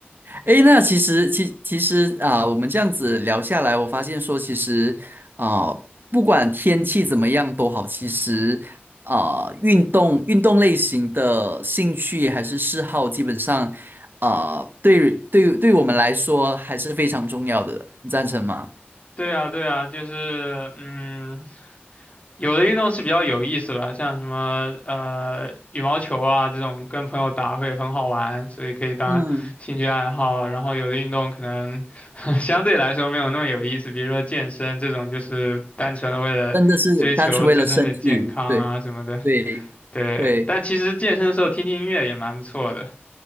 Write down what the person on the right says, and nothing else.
诶，那其实，其其实啊，我们这样子聊下来，我发现说，其实啊，不管天气怎么样都好，其实啊，运动运动类型的兴趣还是嗜好，基本上啊，对对对我们来说还是非常重要的，你赞成吗？
嗯，
真的是单纯为了身体，对对对。